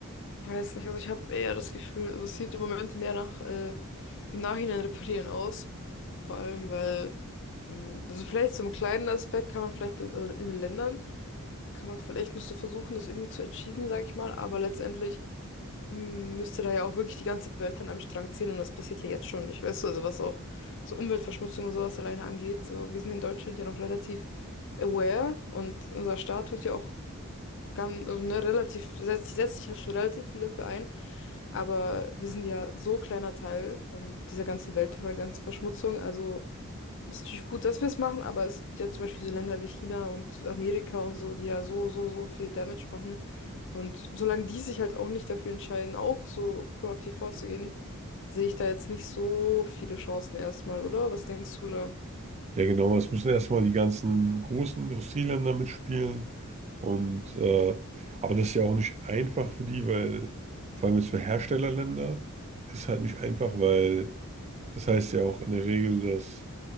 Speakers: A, on the left (about 60°); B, on the right (about 30°).
A: ich weiß nicht, also ich habe eher das Gefühl, also es sieht im Moment mehr nach äh, im Nachhinein reparieren aus. Vor allem, weil, mh, also vielleicht so einen kleinen Aspekt kann man vielleicht in, also in den Ländern, kann man vielleicht nur so versuchen, das irgendwie zu achieven, sage ich mal, aber letztendlich mh, müsste da ja auch wirklich die ganze Welt dann am Strang ziehen und das passiert ja jetzt schon nicht, weißt du, also was auch so Umweltverschmutzung und sowas alleine angeht. So, wir sind in Deutschland ja noch relativ aware und unser Staat tut ja auch ganz, also ne, relativ, setzt, setzt sich ja schon relativ viel dafür ein, aber wir sind ja so ein kleiner Teil von dieser ganzen Welt, von der ganzen Verschmutzung. Also es ist natürlich gut, dass wir es machen, aber es gibt ja zum Beispiel so Länder wie China und Amerika und so, die ja so, so, so viel Damage machen. Und solange die sich halt auch nicht dafür entscheiden, auch so proaktiv vorzugehen, sehe ich da jetzt nicht so viele Chancen erstmal, oder? Was denkst du da?
B: Ja, genau. Es müssen erstmal die ganzen großen Industrieländer mitspielen. Und äh, aber das ist ja auch nicht einfach für die, weil vor allem jetzt für Herstellerländer ist halt nicht einfach, weil das heißt ja auch in der Regel, dass